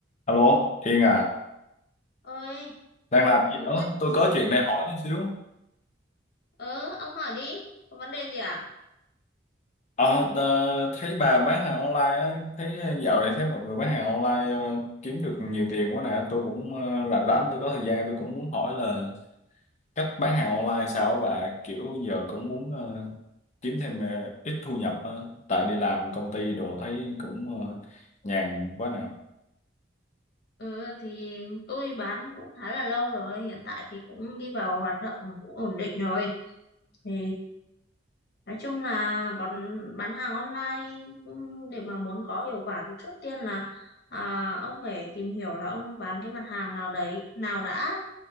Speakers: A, on the left; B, on the left.
A: Alo, Hiền à,
B: ơi
A: đang làm gì đó?
B: tôi
A: Tôi có chuyện này hỏi xíu.
B: ờ ông hỏi đi có vấn đề gì à
A: Ờ, ờ, thấy bà bán hàng online á, thấy ờ, dạo này thấy mọi người bán hàng online ờ, kiếm được nhiều tiền quá nè. Tôi cũng ờ, rảnh rảnh, tôi có thời gian, tôi cũng muốn hỏi là cách bán hàng online sao á bà? Kiểu giờ cũng muốn ờ, kiếm thêm ờ, ít thu nhập á, tại đi làm công ty đồ thấy cũng ờ, nhàn quá nè.
B: ừ thì tôi bán cũng khá là lâu rồi hiện tại thì cũng đi vào hoạt động cũng ổn định rồi thì nói chung là bán bán hàng online ừm, để mà muốn có hiệu quả thì trước tiên là à, ông phải tìm hiểu là ông bán cái mặt hàng nào đấy nào đã